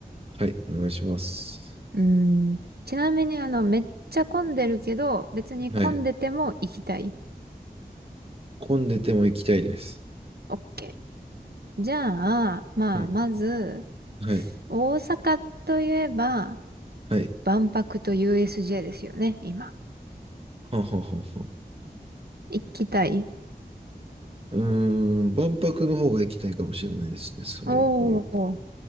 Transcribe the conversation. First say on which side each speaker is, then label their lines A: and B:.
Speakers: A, on the right; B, on the right.
A: はい。お願いします。
B: うん。ちなみに、あの、めっちゃ混んでるけど、別に混んでても行きたい。
A: はい。混んでても行きたいです。
B: オッケー。じゃあ、まあ、
A: はい。
B: まず、
A: はい。
B: 大阪といえば、
A: はい。
B: 万博と USJ ですよね、今。
A: はんはんはんはん。
B: 行きたい
A: うーん、万博の方が行きたいかもしれないですね。それで言う
B: おー